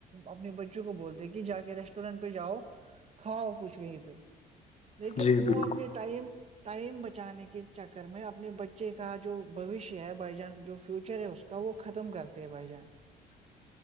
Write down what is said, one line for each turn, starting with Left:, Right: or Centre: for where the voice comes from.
Right: اپنے بچوں کو بولتے کہ جا کے ریسٹورینٹ پہ جاؤ کھاؤ کچھ وہیں پہ لیکن
Left: جی
Right: وہ
Left: بالکل
Right: اپنے ٹائم ٹائم بچانے کے چکر میں اپنے بچے کا جو بوشیہ ہے بائی جان جو فیوچر ہے اس کو کا وہ ختم کرتے ہیں بھائی جان
Left: وو